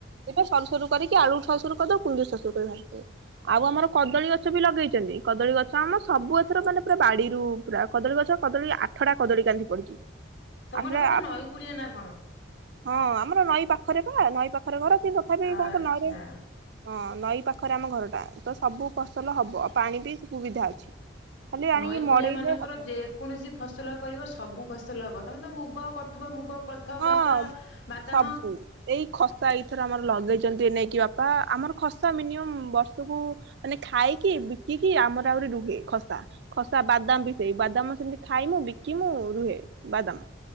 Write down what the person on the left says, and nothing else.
ତମର
ବୋଧେ ନଈ କୂଳିଆ ନା କଣ?
ଆଚ୍ଛା।
ନଈ କୂଳିଆ
ମାନଙ୍କର
ଯେକୌଣସି ଫସଲ କରିବ ସବୁ ଫସଲ ତ ମୁଗ କରୁଥିବା ମୁଗ କୋଳଥ
ଖସା ବାଦାମ